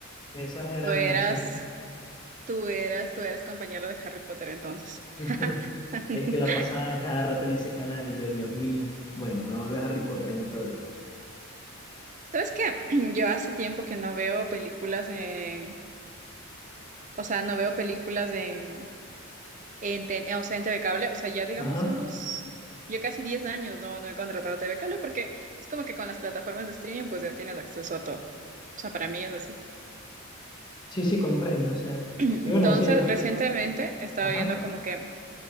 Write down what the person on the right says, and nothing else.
Tú eras,
tú eras, tú eras compañero de Harry Potter entonces. <laughs>
¿Sabes qué? <clears throat> Yo hace tiempo que no veo películas en, o sea, no veo películas en, en, te- o sea, en TV Cable, o sea, ya digamos
unos, yo casi 10 años no, no he contratado TV Cable porque es como que con las plataformas de streaming pues ya tienes acceso a todo. O sea, para mí es así.
<clears throat> Entonces,
recientemente estaba
viendo como que,